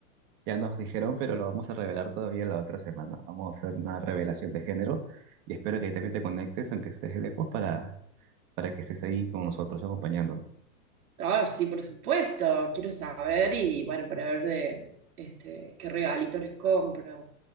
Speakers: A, on the right (about 35°); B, on the right (about 75°).
A: Ya nos dijeron, pero lo vamos a revelar todavía la otra semana. Vamos a hacer una revelación de género y espero que ahí también te conectes, aunque estés lejos, para, para que estés ahí con nosotros acompañándonos.
B: Ah, sí, por supuesto, quiero saber y bueno, para ver de este, qué regalito les compro.